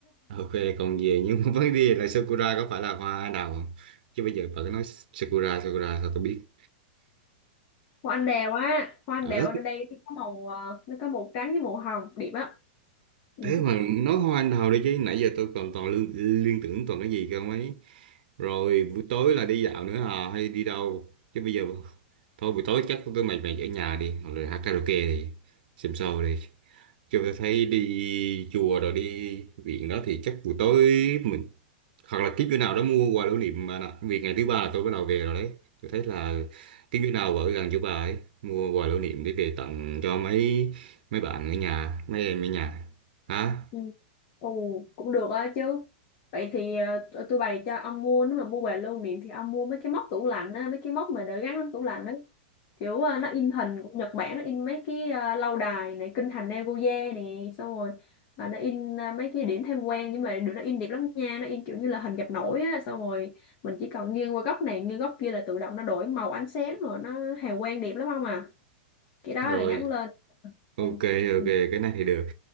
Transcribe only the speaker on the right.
Ok còn về <laughs> nhưng mà vấn đề là Sakura có phải là hoa anh đào không? Chứ bây giờ bà cứ nói Sakura Sakura sao tôi biết?
À,
thế mà nói hoa anh đào đi chứ nãy giờ tôi còn toàn liên, liên tưởng toàn cái gì cơ mấy. Rồi buổi tối là đi dạo nữa à hay đi đâu? Chứ bây giờ thôi buổi tối chắc tôi mệt mệt ở nhà đi hoặc là hát karaoke đi xem show đi. Kiểu tôi thấy đi chùa rồi đi viện đó thì chắc buổi tối mình hoặc là kiếm chỗ nào đó mua quà lưu niệm mà nè. Vì ngày thứ ba là tôi bắt đầu về rồi đấy. Tôi thấy là kiếm chỗ nào ở gần chỗ bà ấy mua quà lưu niệm để về tặng cho mấy mấy bạn ở nhà, mấy em ở nhà. Hả?
Rồi,
ok
ok
cái này thì được.